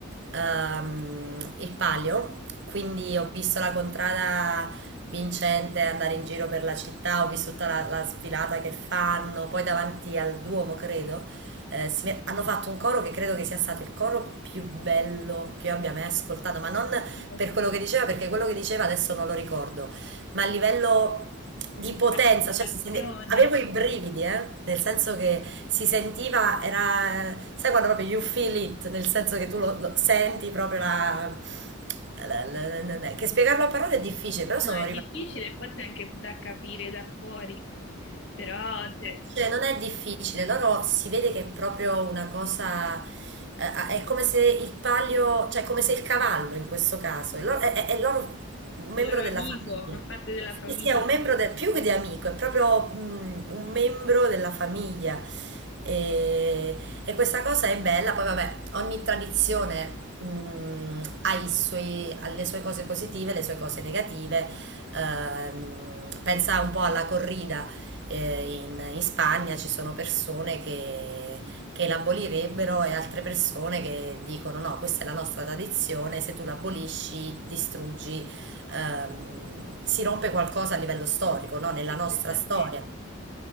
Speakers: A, on the right; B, on the left.
A: ehm, il palio, quindi ho visto la contrada vincente andare in giro per la città, ho visto tutta la, la sfilata che fanno, poi davanti al Duomo, credo, eh, si met- hanno fatto un coro che credo che sia stato il coro più bello che io abbia mai ascoltato, ma non
B: <laughs>
A: per quello che diceva, perché quello che diceva adesso non lo ricordo ma a livello di
B: di
A: potenza,
B: partecipazione.
A: cioè si sente- avevo i brividi, eh, nel senso che si sentiva, era, sai quando proprio you feel it, nel senso che tu lo, lo senti proprio la, la- la- la- la- la- che spiegarlo a parole è difficile, però
B: No,
A: sono
B: è difficile forse anche da capire da fuori, però cioè,
A: Cioè, non è difficile, loro si vede che è proprio una cosa, eh, ah, è come se il palio, cioè come se il cavallo in questo caso, è loro, è, è loro un
B: è
A: membro
B: il loro
A: della
B: amico,
A: famiglia.
B: fa parte della
A: Sì,
B: famiglia,
A: sì, è un membro del- più che di amico, è proprio mm, un membro della famiglia. E, e questa cosa è bella, poi vabbè, ogni tradizione mm, ha i suoi- ha le sue cose positive, le sue cose negative. Ehm, pensa un po' alla corrida eh, in, in Spagna ci sono persone che, che l'abolirebbero e altre persone che dicono no, questa è la nostra tradizione, se tu l'abolisci distruggi, ehm, si rompe qualcosa a livello storico, no? nella
B: sì,
A: nostra
B: questo è
A: storia.
B: vero.